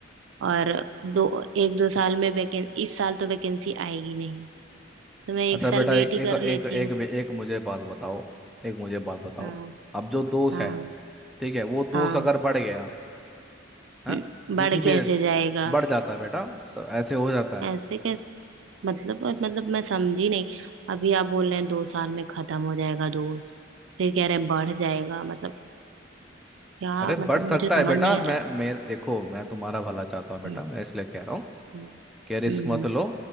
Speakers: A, on the right; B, in the centre.
A: और दो एक दो साल में वैकें इस साल तो वैकेंसी आएगी नहीं तो मैं
B: अच्छा
A: एक साल
B: बेटा
A: वेट
B: एक
A: ही
B: एक
A: कर लेती
B: एक एक,
A: हूँ
B: एक मुझे बात बताओ एक मुझे बात बताओ
A: हाँ
B: अब जो दोष
A: हाँ
B: है ठीक है वो दोष
A: हाँ
B: अगर बढ़ गया है
A: हम्म,
B: जिसी
A: बढ़
B: भी
A: कैसे जाएगा
B: बढ़ जाता है बेटा सब ऐसे हो जाता है
A: ऐसे कैसे मतलब और मतलब मैं समझी नहीं अभी आप बोल रहे हैं दो साल में खत्म हो जाएगा दोस्त फिर कह रहे हैं बढ़ जाएगा मतलब क्या
B: अरे बढ़
A: मतलब
B: सकता
A: मुझे समझ
B: है बेटा
A: नहीं
B: मैं
A: आ रहा है
B: मेरे देखो मैं तुम्हारा भला चाहता हूँ बेटा
A: हम्म
B: मैं इसलिए कह रहा हूँ
A: हम्म
B: कि रिस्क मत लो